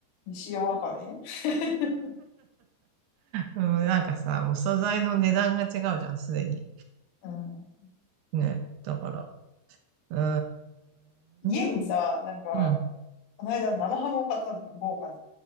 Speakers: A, on the left (about 90°); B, on the right (about 70°).
A: 塩わかめ。<laughs>
B: うん、なんかさ、もう素材の値段が違うじゃん、すでに。
A: うん。
B: ね。だから、うー
A: 家にさ、
B: ん。
A: なんか、
B: うん。
A: この間生ハムを買ったんだよ、豪華に。